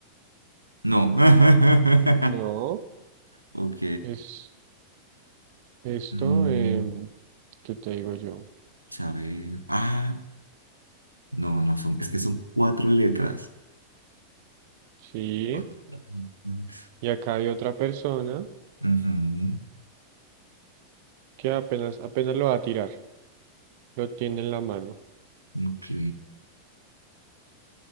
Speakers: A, on the right; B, on the right.
A: No. <laughs>
B: No.
A: Ok.
B: Es esto,
A: Mm,
B: em, ¿qué te digo yo?
A: saber. Ah, no, no son. Es que son cuatro letras.
B: Sí,
A: Cuatro letras.
B: y acá hay otra persona
A: Ujú,
B: que apenas, apenas lo va a tirar. Lo tiene en la mano.
A: Ok.